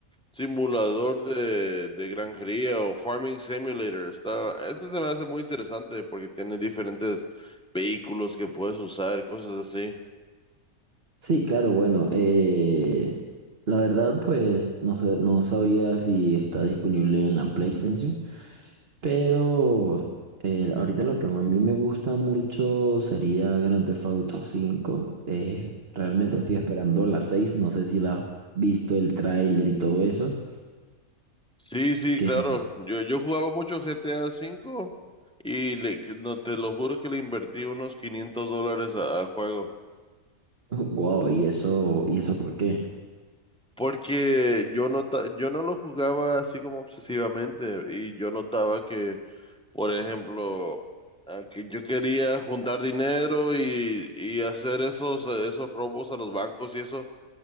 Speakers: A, in the centre; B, on the right.
A: Simulador de, de granjería o Farming Simulator. Está, este se me hace muy interesante porque tiene diferentes vehículos que puedes usar, cosas así.
B: Sí, claro, bueno, eh, la verdad pues no sé, no sabría si está disponible en la PlayStation, Pero eh, ahorita lo que a mí me gusta mucho sería Grand Theft Auto 5. Eh, realmente estoy esperando la 6. No sé si la has visto, el tráiler y todo eso.
A: Sí, sí,
B: Que,
A: claro. Yo, yo jugaba mucho GTA V y le, que- no, te lo juro que le invertí unos 500 dólares a- al juego.
B: wow, <laughs> ¿y eso, y eso por qué?
A: Porque yo nota, yo no lo jugaba así como obsesivamente y yo notaba que, por ejemplo, a que yo quería juntar dinero y, y hacer esos, esos robos a los bancos y eso,